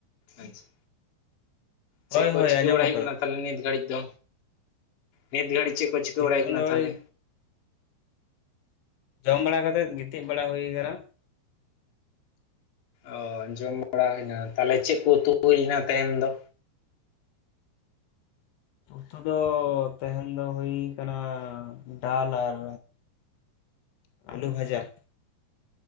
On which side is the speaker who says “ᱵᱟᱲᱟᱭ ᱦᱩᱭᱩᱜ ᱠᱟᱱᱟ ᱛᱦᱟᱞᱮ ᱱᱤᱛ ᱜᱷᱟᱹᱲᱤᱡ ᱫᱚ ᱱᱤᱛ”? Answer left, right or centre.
Left